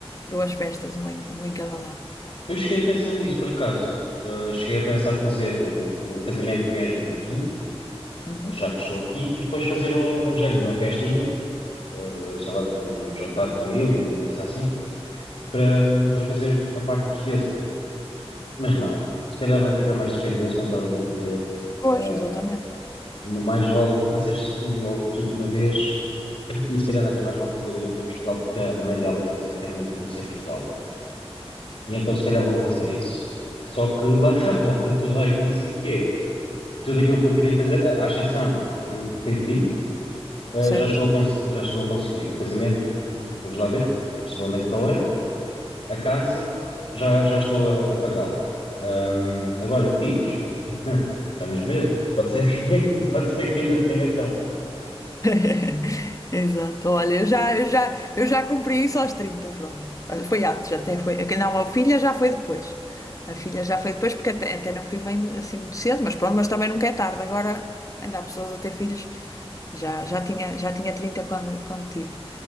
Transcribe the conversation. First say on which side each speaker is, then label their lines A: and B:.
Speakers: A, on the left; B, on the left.
A: duas festas, uma em, uma em cada lado.
B: Eu cheguei a pensar nisso, por acaso. Uh, cheguei a pensar fazer o, o casamento mesmo aqui,
A: Uhum.
B: já que estou aqui, e depois fazer o- um género, uma festinha, uh, sei lá, tipo um jantar de família, uma coisa assim, para, para fazer a parte portuguesa. Mas não, se calhar vai ficar mais dispendioso, como estavas a dizer.
A: Pois,
B: Ahm,
A: exatamente.
B: mais vale fazer logo tudo de uma vez e se calhar até mais vale fazer em em Portugal, porque a mãe dela, por exemplo, quer muito conhecer Portugal. E então se calhar vou fazer isso. Só que lá <laughs> está, volta tudo ao início, que é tudo aquilo que eu queria fazer, à à exceção de, de ter filhos, ah,
A: Certo.
B: já estou a, cons- já estou a conseguir. O casamento, vamos lá ver, possivelmente para o ano. A casa, já, já estou a, a pagá-la. Ahm, agora, filhos, <laughs> vamos ver. Pode ser que, <laughs> pode ser que ainda tenha sorte.
A: <laughs> Exato, olha, eu já, eu já, eu já cumpri isso aos 30, pronto. Foi antes, até foi. Não, a filha já foi depois. A filha já foi depois, porque até, até não fui mãe assim muito cedo, mas pronto, mas também nunca é tarde. Agora ainda há pessoas a ter filhos, já, já tinha, já tinha 30 quando, quando tive,